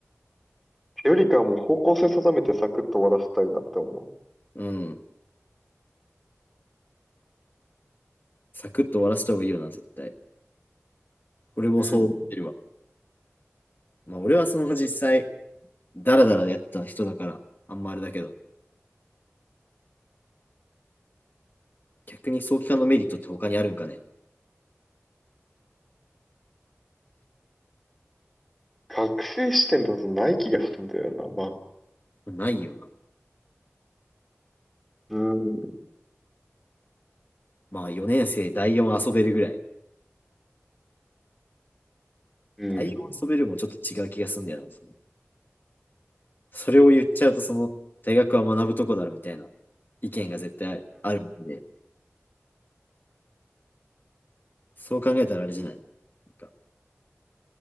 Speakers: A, in the centre; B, on the left.
A: ー、よりかはもう方向性定めてサクッと終わらせたいなって思
B: うん。サクッと終わらせた方がいいよな、絶対。俺もそう思ってるわ。
A: う。うん。
B: まあ俺はその実際、ダラダラやってた人だから、あんまあれだけど、逆に早期化のメリットって他にあるんかね
A: 学生視点だとない気がするんだよな、まあ。
B: ないよな。
A: うん。
B: まあ4年生第4遊べるぐらい。
A: うん。
B: 第4遊べるもちょっと違う気がするんだよな。それを言っちゃうと、その大学は学ぶとこだろみたいな意見が絶対あるので、そう考えたらあれじゃない。なんか